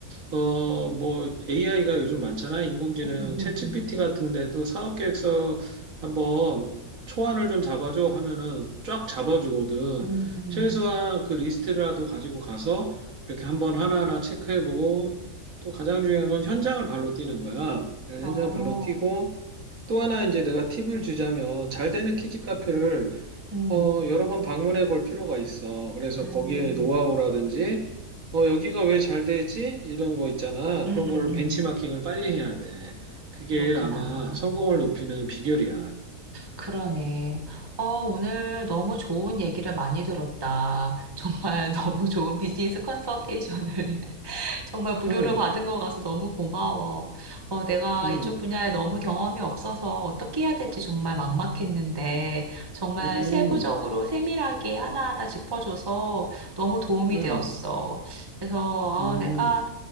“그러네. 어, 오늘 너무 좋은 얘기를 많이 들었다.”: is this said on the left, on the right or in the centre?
Right